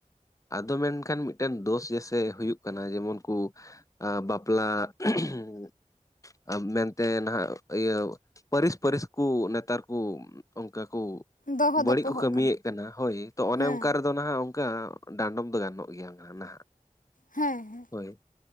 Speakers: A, on the left; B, on the left.
A: ᱟᱫᱚ ᱢᱮᱱᱠᱷᱟᱱ ᱢᱤᱫᱴᱮᱱ ᱫᱳᱥ ᱜᱮᱥᱮ ᱦᱩᱭᱩᱜ ᱠᱟᱱᱟ ᱡᱮᱢᱚᱱ ᱠᱚ ᱟᱸ ᱵᱟᱯᱞᱟ <inaudible> ᱢᱮᱱᱛᱮ ᱱᱟᱦᱟᱜ ᱤᱭᱟᱹ ᱯᱟᱹᱨᱤᱥ ᱯᱟᱹᱨᱤᱥ ᱠᱩ ᱱᱮᱛᱟᱨ ᱠᱩ ᱚᱱᱠᱟ ᱠᱩ
B: ᱫᱚᱦᱚ
A: ᱵᱟᱹᱲᱤᱡ
B: ᱫᱚᱯᱚᱦᱚᱜ
A: ᱠᱚ ᱠᱟᱹᱢᱤᱭᱮᱫ ᱠᱟᱱᱟ ᱦᱳᱭ ᱛᱚ ᱚᱱᱮ
B: ᱦᱮᱸ
A: ᱚᱱᱠᱟᱨ ᱟᱫᱚ ᱱᱟᱦᱟᱜ ᱚᱱᱠᱟ ᱰᱟᱸᱰᱚᱢ ᱫᱚ ᱜᱟᱱᱚᱜ ᱜᱮᱭᱟ ᱱᱟᱦᱟᱜ ᱾
B: ᱦᱮᱸ ᱦᱮᱸ ᱾
A: ᱦᱳᱭ